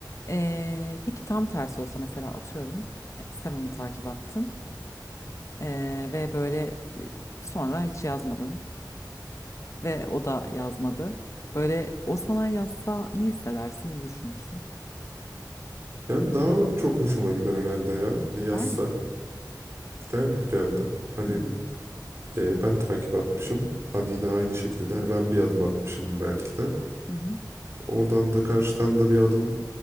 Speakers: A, on the left (about 45°); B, on the right (about 40°).
A: Eee, peki tam tersi olsa mesela atıyorum e, sen onu takip attın. Ee, ve böyle e, sonra hiç yazmadın ve o da yazmadı. Böyle o sana yazsa ne hissedersin, ne düşünürsün?
B: Yani daha çok hoşuma gider herhalde ya. Hani yazsa
A: Der mi?
B: gider gibi geldi. Hani
A: Hmm.
B: e, ben takip atmışım. Hani yine aynı şekilde hani ben bir adım atmışım belki de.
A: Hı hı.
B: Oradan da karşıdan da bir adım